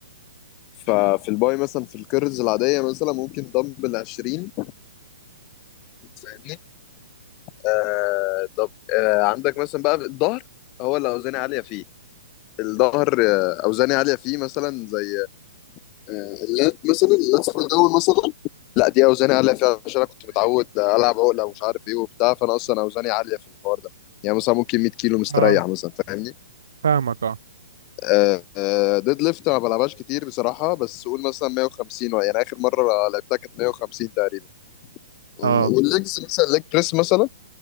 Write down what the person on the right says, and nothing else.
اه
فاهمك اه
اه